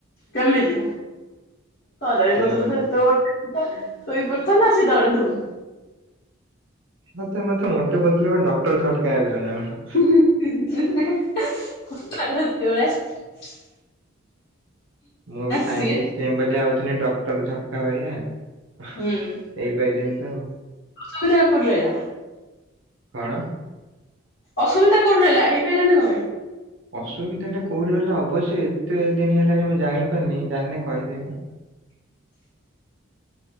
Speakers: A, on the left; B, on the right.
A: କେମିତି କଦଳୀ
B: କେମିତି
A: ପତ୍ର ତ ଏତେ ବଟେ। ଶୋଇ ପଡିଥାନ୍ତା ସେ ଡରେଇ ଦୋଉଛି।
B: ମତେ ମତେ ଭର୍ତି କରିଥିଲେ ମୁଁ ଡ଼କ୍ଟର ଝଟକା ହେବି ନା କଣ।
A: କଥା ଟା ସେଇ ଭଳିଆ।
B: ମୁଁ ବି ସାଇଣ୍ଟିଷ୍ଟି
A: ସିଏ
B: ହେବି ବୋଲି ଭାବୁଥିଲି ଡକ୍ଟର ଝଟକା ଭଳିଆ। ହେଇପାରିଲିନି
A: ହୁଁ।
B: ତ ଆଉ।
A: ଅସୁବିଧା କୋଉଠି ରହିଲା।
B: କଣ?
A: ଅସୁବିଧା କୋଉଠି ରହିଲା ହେଇପାରିଲନି କଣ ପାଇଁ।
B: ଅସୁବିଧା ଟା କୋଉଠି ରହିଲା ଅବଶ୍ୟ ଏତେ ଦିନ ହେଲାଣି ମୁଁ ଜାଣିପାରିନି ଜାଣିନେ କହିଦେବି ଆଉ।